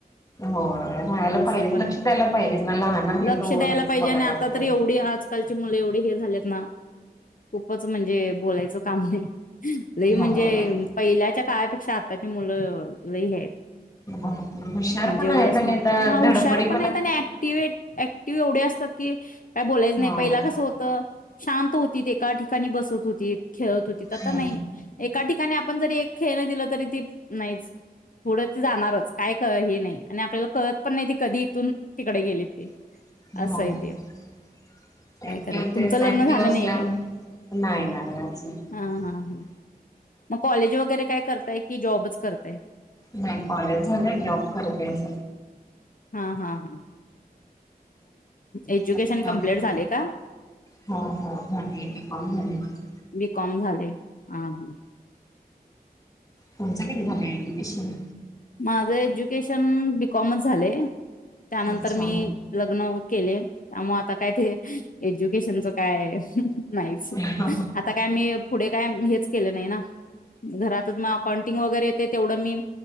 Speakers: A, on the left; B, on the left.
A: हो राहायला
B: असं
A: पाहिजेच
B: पण
A: लक्ष
B: हाय,
A: द्यायला पाहिजेच ना लहान आहे
B: लक्ष
A: तोवरच
B: द्यायला पाहिजे.
A: बघायला
B: आणि आता
A: लागतं
B: तर एवढी आजकालची मुलं एवढी हे झालेत ना, खूपच म्हणजे बोलायचं काम नाही. लय म्हणजे
A: हो
B: पहिल्याच्या काळापेक्षा तशी आतााची मुलं, लय हे आहेत आणि
A: भरपूर हुशार
B: म्हणजे
A: पण
B: एवढं
A: आहेत
B: स्मार्ट
A: आणि आता
B: हा हुशार
A: धडपडी
B: पण आहेत. आणि ऍक्टिवे ऍक्टिव एवढे असतात की काय बोलायचं नाही
A: हो
B: पहिला कसं होत, शांत होतीत, एका ठिकाणी बसत होतीत, खेळत होतीत, आता
A: हो
B: नाही एका ठिकाणी आपण जरी एक खेळण दिलं तरी ते नाहीच, पुढं ते जाणारच काय हे नाही. आणि आपल्याला कळत पण नाही, ती कधी इथून तिकडे गेलीत ते,
A: हो,
B: असं आहे ते काय करेल तुमचं लग्न
A: <inaudible>
B: झालं नाही काय हा हा हा मग कॉलेज वगैरे, काय करताय की जॉबच करताय.
A: नाही कॉलेज झालयं. जॉब करते अस
B: हा हा हा एज्युकेशन
A: त्यामुळे
B: कंपल्टि झालयं का?
A: हो हो झाली बी कॉम झाली माझं.
B: बिकाॅम झालयं ह् हा हा
A: तुमच कधी झालयं, एज्युकेशन
B: माझं एज्युकेशन बीकॉमच झालंय. त्यानंतर
A: अच्छा
B: मी लग्न केले त्यामुळे आता काय ते एज्युकेशनच काय, नाहीच,
A: हा हा
B: आता काय मी पुढे काय हेच केलं नाइ ना घरातच मग अकाउंटिंग वगैरे ते तेवढं मी